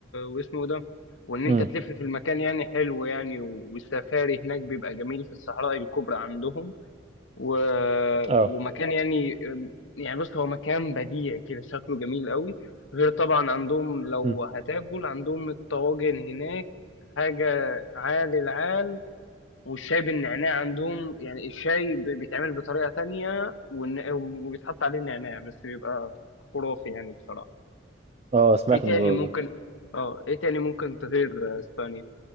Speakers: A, on the left (about 80°); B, on the right (about 35°).
A: واسمه ده وان
B: امم
A: انت تلف في المكان يعني حلو يعني والسفاري هناك بيبقى جميل في الصحراء الكبرى عندهم و...
B: اه
A: ومكان يعني يعني بص هو مكان بديع كده شكله جميل قوي غير طبعا عندهم لو
B: امم
A: هتاكل عندهم الطواجن هناك حاجة عال العال والشاي بالنعناع عندهم يعني الشاي ب- بيتعمل بطريقة تانية والن- وبيتحط عليه النعناع بس بيبقى خرافي يعني بصراحة
B: اه سمعت
A: ايه تاني
B: الموضوع
A: ممكن
B: ده
A: اه ايه تاني ممكن تغير اسبانيا